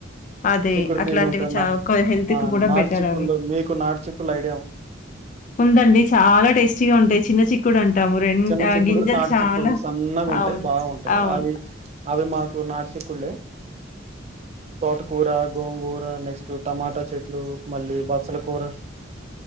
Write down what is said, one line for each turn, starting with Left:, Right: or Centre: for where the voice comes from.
Left: అదే.
Right: చిక్కుడు
Left: అట్లాంటివి
Right: తీగ ఉంటెన్నా
Left: చా కొ హెల్త్‌కి
Right: ఆ
Left: కూడా
Right: నాటు
Left: బెటరవి.
Right: చిక్కుళ్ళు మీకు నాటు చిక్కుళ్ళు ఐ
Left: ఉందండి చాలా టేస్టీగ ఉంటాయి చిన్న చిక్కుడు అంటాము. రెం
Right: చిన్న
Left: ఆహ్,
Right: చిక్కుడు
Left: గింజలు
Right: నాటి
Left: చాలా
Right: చిక్కుళ్ళు సన్నగా ఉంటాయి
Left: అవును.
Right: బాగుంటాయి
Left: అవును.
Right: అవి అవి మాకు కు నాటు చిక్కుళ్ళే తోటకూర గోంగూర నెక్స్ట్ టమాట చెట్లు మళ్ళీ బచ్చల కూర